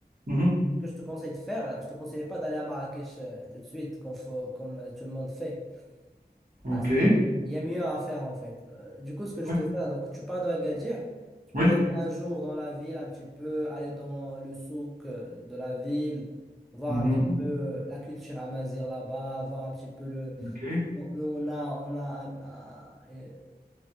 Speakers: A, on the right; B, in the centre.
A: Mhm.
B: que je te conseille de faire, je te conseille pas d'aller à Marrakech euh, tout de suite, comme, faut, comme euh, tout le monde fait.
A: OK.
B: Parce qu'il y a mieux à faire en fait. Euh, du coup, ce que je
A: Oui.
B: te fais, donc tu pars de Agadir, tu peux
A: Oui.
B: rester un jour dans la ville, un petit peu, aller dans le souk euh, de la ville, voir
A: Mhm.
B: un petit peu euh, la culture amazigh là-bas, voir un petit peu le.
A: OK.
B: Nous, on a, on a un- un- euh,